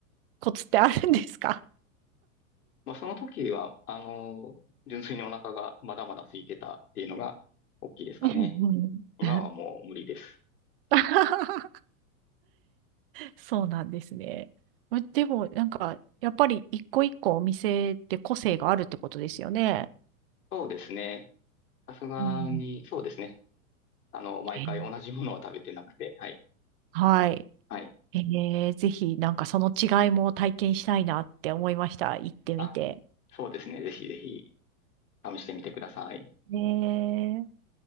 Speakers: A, on the right; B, on the left.
A: コツってあるんですか
B: まあ、その時は、あの純粋にお腹がまだまだ空いてたっていうのが、大きいですかね。
A: <laughs> うんうん
B: 今はもう無理です。
A: <laughs> そうなんですね。までも、なんか、やっぱり一個一個お店って個性があるってことですよね。
B: そうですね。さすがに、
A: うん。
B: そうですね。あの、毎回同じものは食べてなくて、
A: えー
B: はい。
A: はい。
B: はい。
A: えーぜひ、なんかその違いも体験したいなって思いました。行ってみて。
B: あ、そうですね。ぜひぜひ試してみてください。
A: ねえ